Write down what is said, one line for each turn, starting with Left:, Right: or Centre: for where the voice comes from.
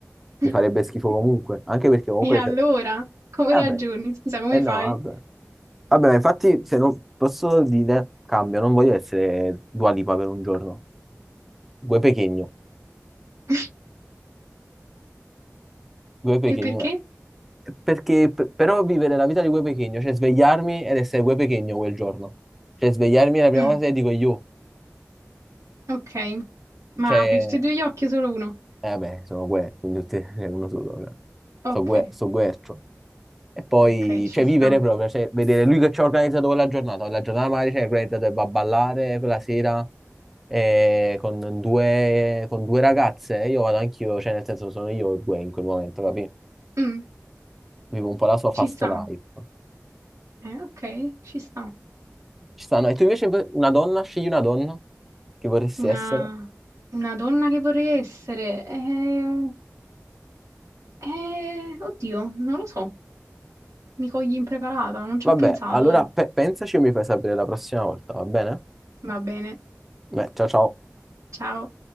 Centre: mi
Right: <laughs>
Centre: farebbe schifo comunque, anche perché comunque...
Right: E allora,
Centre: se-
Right: come
Centre: Vabbè,
Right: ragioni? Scusa, come
Centre: eh no,
Right: fai?
Centre: vabbè. Vabbè, ma infatti, se non posso dire, cambio, non voglio essere Dua Lipa per un giorno. Gue Pequeno,
Right: <laughs>
Centre: Gue Pequeno.
Right: E perché?
Centre: Perché, p- però, vivere la vita di Gue Pequeno, cioè svegliarmi ed essere Gue Pequeno quel giorno. Cioè, svegliarmi è la prima
Right: Mm.
Centre: cosa che dico io.
Right: Ok, ma
Centre: Cioè,
Right: apri tutti e due gli occhi o solo uno?
Centre: eh, vabbè, sono Gue, quindi tutti, <laughs> è uno solo. cioè.
Right: Ok,
Centre: So Gue, so Guercio. E poi,
Right: ok, ci
Centre: cioè,
Right: sta.
Centre: vivere proprio, cioè, vedere lui che ci ha organizzato quella giornata, la giornata magari ci ha organizzato e va a ballare quella sera eh, con due, con due ragazze, io vado anch'io, cioè, nel senso, sono io e due in quel momento, capi?
Right: Mm,
Centre: Vivo un po' la sua fast
Right: ci sta.
Centre: life.
Right: Eh, ok, ci sta.
Centre: Ci stanno, e tu invece una donna, scegli una donna che vorresti
Right: Una,
Centre: essere.
Right: una donna che vorrei essere. Eh, eh, oddio, non lo so. Mi cogli impreparata, non ci
Centre: Vabbè,
Right: ho pensato.
Centre: allora pe- pensaci e mi fai sapere la prossima volta, va bene?
Right: Va bene,
Centre: Beh, ciao ciao.
Right: ciao.